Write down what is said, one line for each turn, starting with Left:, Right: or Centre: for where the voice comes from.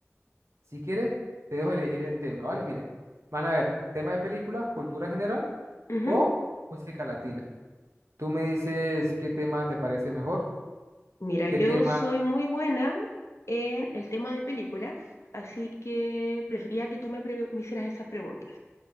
Right: si quieres, te dejo elegir el tema, ¿vale? Mire, van a ver tema de película, cultura general
Left: ujú,
Right: o
Left: ujú.
Right: música latina. Tú me dices qué tema te parece mejor,
Left: Mira,
Right: qué
Left: yo
Right: tema,
Left: soy muy buena en el tema de películas, así que prefería que tú me, pre- me hicieras esas preguntas.